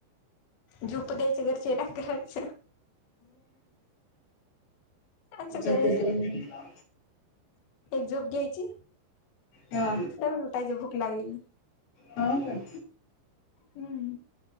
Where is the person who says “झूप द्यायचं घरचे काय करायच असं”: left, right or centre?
Left